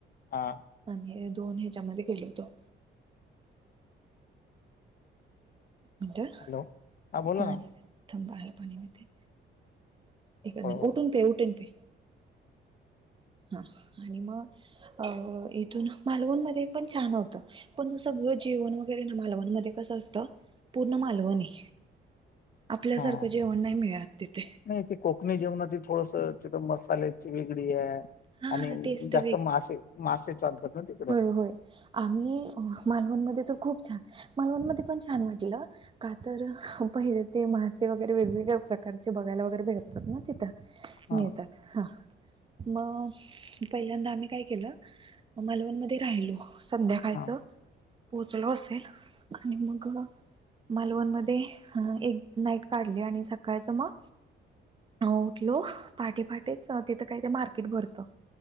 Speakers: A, on the left; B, on the right.
A: हा.
B: आम्ही दोन ह्याच्यामध्ये गेलो होतो. एकच
A: हॅलो हा बोला
B: मिनट,
A: ना
B: थांबा पाणी पिते. एक मिनटं,
A: हो
B: उठून पे, उठून पे. हा आणि मग, अ इथून, मालवण मध्ये पण छान होतं. पण त सगळं जेवण वगैरे ना मालवणमध्ये कसं असतं, पूर्ण मालवणी. आपल्यासारखं
A: हा
B: जेवण नाही मिळत तिथे.
A: नाही ते कोकणी जेवणाची थोडस, तिथं मसाल्याची वेगळी आहे.
B: हा
A: आणि
B: टेस्ट
A: जास्त मासे-मासे चालतात ना ते
B: होय-होय आम्ही मालवणमध्ये तर खूप छान, मालवणमध्ये पण छान म्हटलं. का तर, पहिले ते मासे वगैरे वेगवेगळ्या प्रकारचे बघायला वगैरे भेटतात ना तिथं.
A: हा
B: मिळतात. हा मग पहिल्यांदा आम्ही काय केलं. मालवण मध्ये राहिलो, संध्याकाळच.
A: हा
B: पोचलो असेल, आणि मग. मालवण मध्ये, एक नाईट काढली आणि सकाळचं मग. हा उठलो, पाटे पाटेच तिथं काही ते मार्केट भरतं